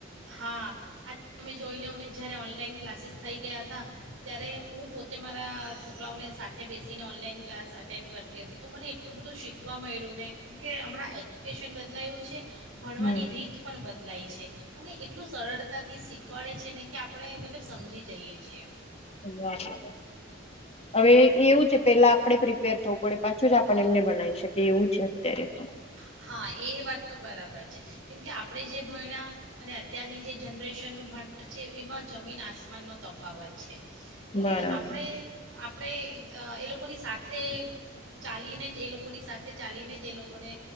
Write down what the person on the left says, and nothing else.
હમ
બરાબર. હવે એવું છે પેલા આપડે પ્રિપેર થવું પડે પાછું જ આ પણ એમને ભનાઈ શકીએ એવું છે અત્યારે તો.
બરાબર